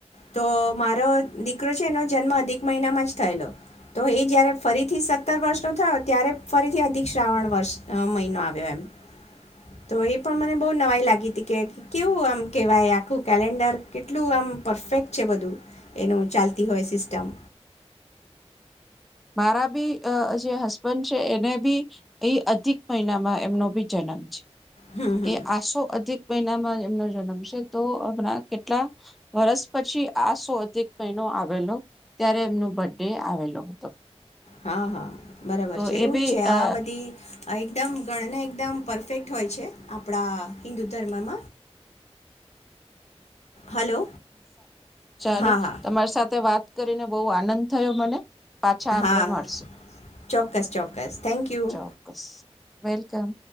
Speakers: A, on the left; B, in the centre.
A: તો મારો દીકરો છે એનો જન્મ અધિક મહિનામાં જ થયેલો, તો એ જ્યારે ફરી થી સત્તર વર્ષનો થયો ત્યારે ફરીથી અધિક શ્રાવણ વર્ષ મહિનો આવ્યો એમ, તો એ પણ મને બહ નવાઈ લાગી હતી કે, કેવું આમ કેહેવાય આખું કેલેન્ડર કેટલું આમ પરફેક્ટ છે બધું, એનું ચાલતી હોય સિસ્ટમ.
B: મારા બી જે હસબન્ડ છે એને બી, એ અધિક મહિનામાં એમનો બી જન્મ છે.
A: હમ હમ
B: એ આસો અધિક મહિનામાં એમનો જન્મ છે તો હમણા કેટલા વર્ષ પછી આ સો અધિક મહિનો આવેલો ત્યારે એમનો બર્થ ડે આવેલો હતો.
A: હા હા બરાબર
B: તો
A: છે
B: એ
A: એવું
B: બી
A: છે
B: અ
A: આ બધી એકદમ ગણના એકદમ પરફેક્ટ હોય છે આપણા હિન્દુ ધર્મમાં હલો
B: ચાલો
A: હા હા
B: તમારી સાથે વાત કરીને બહુ આનંદ થયો મને. પાછા આપડે
A: હા
B: મળશું.
A: ચોક્કસ ચોક્કસ થેન્ક યુ
B: ચોક્કસ. વેલકમ.